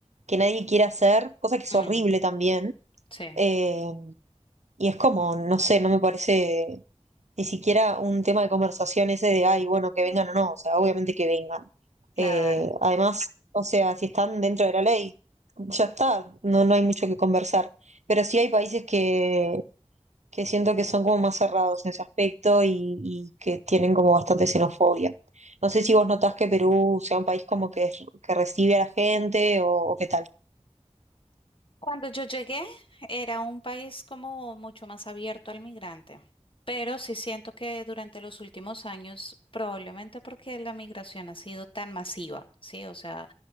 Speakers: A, on the right (about 80°); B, on the left (about 50°).
A: que nadie quiere hacer, cosa que es
B: mm,
A: horrible también
B: sí,
A: eh, y es como, no sé, no me parece ni siquiera un tema de conversación ese de, ay, bueno, que vengan o no, o sea, obviamente que vengan.
B: claro.
A: Eh, además, o sea, si están dentro de la ley, ya está, no, no hay mucho que conversar. Pero sí hay países que, que siento que son como más cerrados en ese aspecto y, y que tienen como bastante xenofobia. No sé si vos notás que Perú sea un país como que, que recibe a la gente o, o qué tal.
B: Cuando yo llegué, era un país como mucho más abierto al migrante, pero sí siento que durante los últimos años, probablemente porque la migración ha sido tan masiva, ¿sí? O sea,